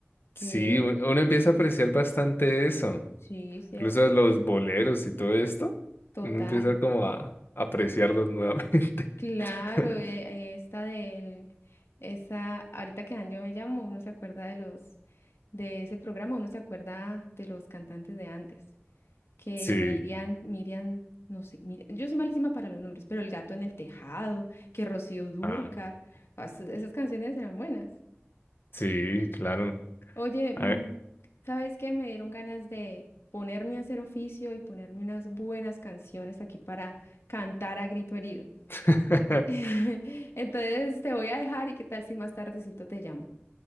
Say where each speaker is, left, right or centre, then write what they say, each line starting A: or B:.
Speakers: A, on the left; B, on the left.
A: que
B: Sí, u- uno empieza a apreciar bastante eso.
A: sí, ¿cierto?
B: incluso los boleros y todo esto,
A: Total,
B: uno empieza como a apreciarlos nuevamente.
A: claro,
B: <laughs>
A: eh, eh, esta del, esa, ahorita que dan yo me llamo, uno se acuerda de los, de ese programa, uno se acuerda de los cantantes de antes. que
B: Sí,
A: Miriam, Miriam, no sé, Mir- yo soy malísima para los nombres, pero El gato en el tejado, que Rocío Dúrcar,
B: ah,
A: as- esas canciones eran buenas.
B: sí, claro.
A: Oye, mm,
B: A ver.
A: ¿sabes qué? Me dieron ganas de ponerme a hacer oficio y ponerme unas buenas canciones aquí para cantar a grito herido.
B: <laughs>
A: <laughs> Entonces te voy a dejar y qué tal si más tardecito te llamo.